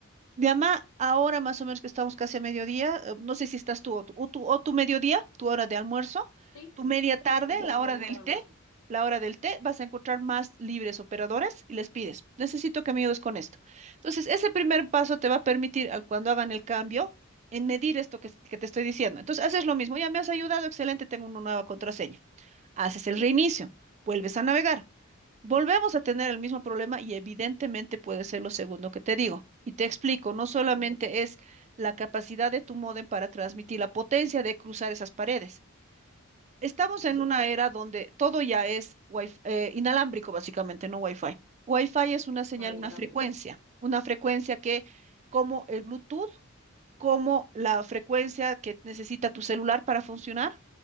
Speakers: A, on the right; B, on the left.
A: Llama ahora más o menos que estamos casi a mediodía, eh, no sé si estás tú o tu, o tu, o tu mediodía, tu hora de almuerzo,
B: Sí,
A: tu media
B: sí,
A: tarde,
B: mi
A: la
B: mediodía
A: hora del
B: hora de
A: té,
B: almuerzo.
A: la hora del té, vas a encontrar más libres operadores y les pides, necesito que me ayudes con esto. Entonces, ese primer paso te va a permitir al cuando hagan el cambio en medir esto que, que te estoy diciendo. Entonces, haces lo mismo, ya me has ayudado, excelente, tengo una nueva contraseña. Haces el reinicio, vuelves a navegar. Volvemos a tener el mismo problema y evidentemente puede ser lo segundo que te digo. Y te explico, no solamente
B: Ujú,
A: es la capacidad de tu módem para transmitir, la potencia de cruzar esas paredes. Estamos
B: Ya,
A: en una era donde todo ya es wif- eh, inalámbrico, básicamente, no Wi-Fi. Wi-Fi es una señal,
B: claro, inalámbrico.
A: una frecuencia, una frecuencia que, como el Bluetooth, como la frecuencia que necesita tu celular para funcionar,